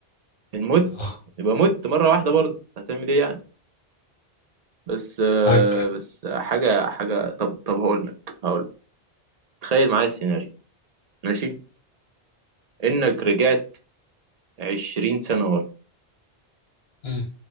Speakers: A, on the right; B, on the left.
A: ان مت
B: اه
A: يبقى مت مره واحده برضه هتعمل ايه يعني بس آه،
B: طيب
A: بس حاجه حاجه طب طب هقول لك هقول لك تخيل معايا السيناريو ماشي انك رجعت 20 سنه ورا
B: مم.